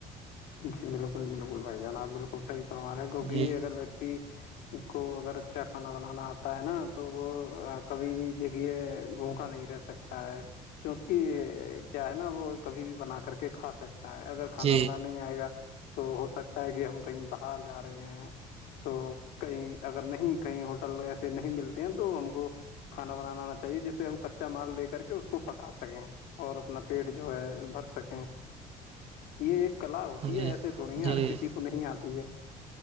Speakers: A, on the left; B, on the right.
A: جی بالکل بالکل بھائی جان آب بالکل صحیح فرما رہے ہیں کیونکہ
B: جی
A: اگر ویکتی کو اگر اچھا کھانا بنانا آتا ہے نا تو وہ کبھی بھی دیکھیے بھوکا نہیں رہ سکتا تا ہے کیونکہ کیا ہے نا وہ کبھی بھی بنا کر کے کھا سکتا ہے اگر کھانا
B: جی
A: بنانا نہیں آئے گا تو ہو سکتا ہے کہ ہم کہیں باہر جا رہے ہیں تو کئی اگر نہیں کہئی ہوٹل ایسے نہیں ملتے ہیں تو ہم کو کھانا بنانا آنا چاہیے جس سے ہم کچا مال لے کر کے اس کو پکا سکیں اور اپنا پیٹ جو ہے بھر سکیں یہ ایک کلا ہوتی
B: جی
A: ہے ایسے تھوڑی
B: جی
A: ہرکسی کو نہیں آتی ہے